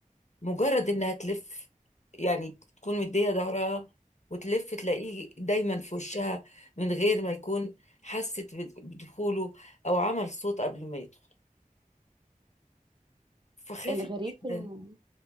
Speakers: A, on the left; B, on the right.
A: مجرد انها تلف يعني تكون مدية ظهرها وتلف تلاقيه دايما في وشها من غير ما يكون حست بد- بدخوله او عمل صوت قبل ما يدخل فخافت
B: فالغريب
A: جدا
B: في الموضوع